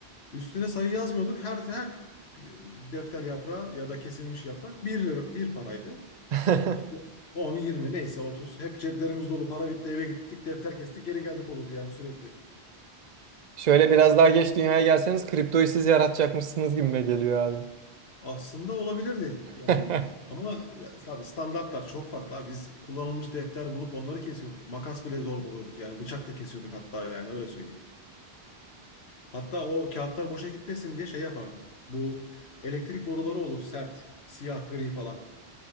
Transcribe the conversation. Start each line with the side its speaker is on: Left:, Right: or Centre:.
Left: Üstüne sayı yazmıyorduk. Her her e, defter yaprağı ya da kesilmiş yaprak bir lira bir paraydı.
Right: <laughs>
Left: İşte 10, yirmi neyse otuz Hep ceplerimiz dolu. Para bitti eve gittik. Defter kestik geri geldik olurdu yani sürekli.
Right: Şöyle biraz daha geç dünyaya gelseniz kriptoyu siz yaratacakmışsınız gibime geliyor abi.
Left: Aslında olabilirdi yani.
Right: <laughs>
Left: Ama ya, tabii standartlar çok farklı. Abi. Biz kullanılmış defter bulup onları kesiyorduk. Makas bile zor buluyorduk yani. Bıçakla kesiyorduk hatta yani öyle söyleyeyim. Hatta o kağıtlar boşa gitmesin diye şey yapardık. Bu elektrik boruları olur sert. Siyah, gri falan.